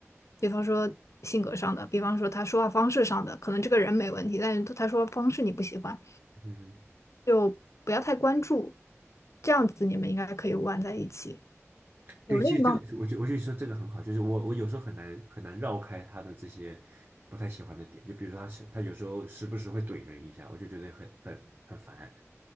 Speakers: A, on the left (about 70°); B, on the right (about 40°).
A: 比方说性格上的，比方说他说话方式上的，可能这个人没问题，但是他说话方式你不喜欢，
B: 嗯。
A: 就不要太关注，这样子你们应该可以玩在一起。有另一帮，
B: 对，其实这个我就我就说这个很好，就是我我有时候很难很难绕开他的这些不太喜欢的点，就比如说他是他有时候时不时会怼人一下，我就觉得很很很烦。